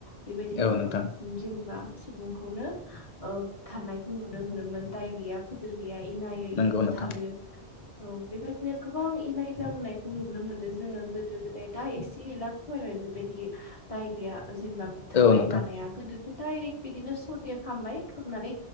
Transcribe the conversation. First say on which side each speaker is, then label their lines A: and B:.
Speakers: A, on the left; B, on the left.
A: बेबायदि
B: औ
A: न'खर
B: नोंथां
A: जेनेबा सुबुंखौनो ओ बुथारनायखौ नुनो मोनोमोन दाय गैया फोद <unintelligible> गैया इनायै
B: नंगौ
A: बुथारो।
B: नोंथां
A: औ बेबायदिनो गोबां इनाय जाबोनायखौ नुनो मोनो जोङो गोदो गोदाय दा इसे एला खमायबाय बेबायदि दाय गैया जेनेबा बुथारनाय
B: औ नोंथां
A: मानाया गोदोथ' डाइरेक्ट बिदिनो सन्देह खामबाय खामनानै